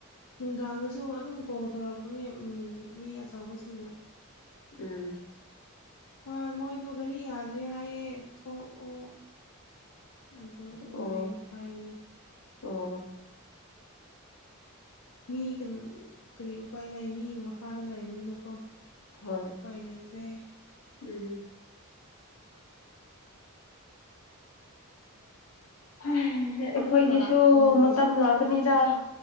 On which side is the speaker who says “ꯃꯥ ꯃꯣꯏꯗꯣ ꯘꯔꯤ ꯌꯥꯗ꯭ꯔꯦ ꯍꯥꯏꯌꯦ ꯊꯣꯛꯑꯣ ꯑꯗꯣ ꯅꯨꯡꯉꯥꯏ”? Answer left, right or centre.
Left